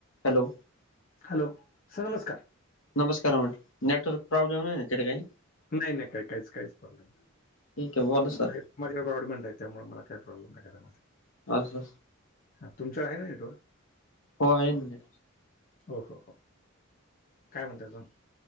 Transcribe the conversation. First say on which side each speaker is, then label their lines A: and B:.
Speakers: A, on the left (about 70°); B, on the left (about 40°).
A: Hello.
B: Hello sir नमस्कार!
A: नमस्कार म्हटलं नेटवर्क प्रॉब्लेम नाय ना काय.
B: नाय नाय काय काय कायच प्रॉब्लेम नाय.
A: ठीक आहे बोला सर
B: मला प्रॉब्लेमंट आहे त्यामुळे मला काही प्रॉब्लेम नाही घरामध्ये
A: असं
B: <unintelligible> तुमच्याकडे हाय ना नेटवर्क.
A: हो आहे ना नेट
B: हो हो हो काय म्हणता अजून